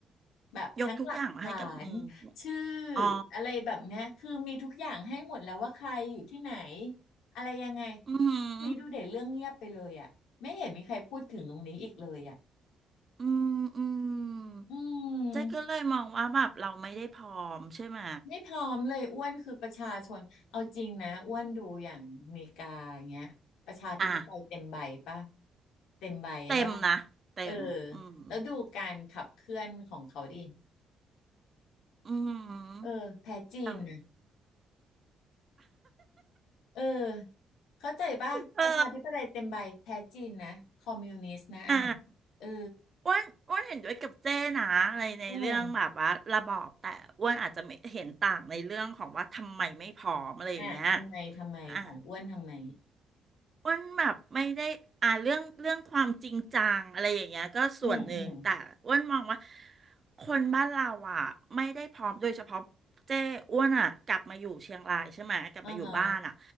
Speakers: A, on the left; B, on the right.
A: แบบทั้งหลักฐาน
B: ยกทุกอย่างมาให้กับมือ
A: ชื่อ
B: อ๋อ
A: อะไรแบบเนี้ยคือมีทุกอย่างให้หมดแล้วว่าใครอยู่ที่ไหนอะไรยังไง
B: อื
A: นี่ดูเด็ดเรื่องเงียบไปเลยอะไม่เห็นมีใครพูดถึงตรงนี้อีกเลยอะ
B: ม อืมอืม
A: อืม
B: เจ๊ก็เลยมองว่าแบบเราไม่ได้พร้อมใช่ไหม
A: ไม่พร้อมเลยอ้วนคือประชาชนเอาจริงนะอ้วนดูอย่างอเมริกาอย่างเงี้ยประชาธิปไตยเต็มใบป่ะ
B: อ่ะ
A: เต็มใบใช่ปะ
B: เต็มนะเต็มอืม
A: เออแล้วดูการขับเคลื่อนของเขาดิ
B: อืม
A: เออแพ้จีนนะ
B: เรา
A: เออเข้าใจปะประชาธิปไตยเต็มใบแพ้จีนนะคอมมิวนิสต์นะอันนั้นเออ
B: เอออ่ะอ้วนอ้วนเห็นด้วยกับเจ้นะอะไรในเรื่องแบบว่าระบอบแต่อ้วนอาจจะไม่เห็นต่างในเรื่องของว่าทำไมไม่พร้อมอะไรอย่างเงี้ย
A: เอออ่ะทำไมทำไมของอ้วนทำไม
B: อ่ะ อ้วนแบบไม่ได้อ่าเรื่องเรื่องความจริงจังอะไรอย่างเงี้ยก็ส่วนหนึ่งแต่อ้วนมองว่า
A: อืมอืม
B: คนบ้านเราอ่ะไม่ได้พร้อมโดยเฉพาะเจ้อ้วนอ่ะกลับมาอยู่เชียงรายใช่ไหมกลับมาอยู่บ้านอ่ะ
A: อ่าฮะ